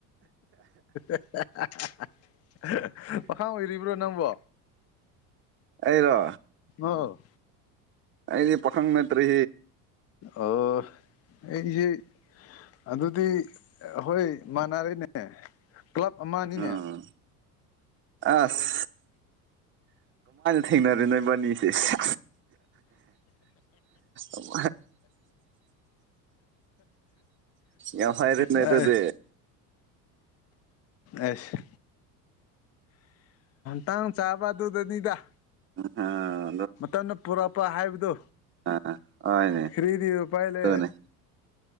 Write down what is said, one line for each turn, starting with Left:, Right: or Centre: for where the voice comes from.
Left: <unintelligible> ꯄꯥ ꯑꯣꯏꯔꯤꯕ꯭ꯔꯣ ꯅꯪꯕꯣ
Right: ꯑꯩꯔꯣ
Left: ꯑ
Right: ꯑꯩꯗꯤ ꯄꯈꯪ ꯅꯠꯇꯔꯤ
Left: ꯑꯣ ꯑꯩꯁ ꯑꯗꯨꯗꯤ ꯍꯣꯏ ꯃꯥꯟꯅꯔꯩꯅꯦ ꯀ꯭ꯂꯕ ꯑꯃ ꯑꯅꯤꯅꯦ
Right: ꯎꯝ ꯑꯁ ꯊꯦꯡꯅꯔꯦꯥꯏꯕꯅꯤꯁꯦ ꯁꯤ ꯎꯝ ꯌꯥꯝ ꯍꯥꯏꯥꯏꯔꯅꯗꯗꯤ
Left: ꯑꯦ ꯑꯁ ꯇꯥꯡ ꯆꯥꯕ ꯑꯗꯨꯗꯅꯤꯗ
Right: ꯍ
Left: ꯃꯇꯝꯅ ꯄꯨꯔꯛꯄ ꯍꯥꯏꯕꯗꯨ
Right: ꯑꯥ ꯍꯣꯏꯅꯦ
Left: ꯈꯔꯤꯗꯤ ꯎ ꯄꯥꯏ ꯂꯩꯦ
Right: ꯑꯗꯨꯅꯦ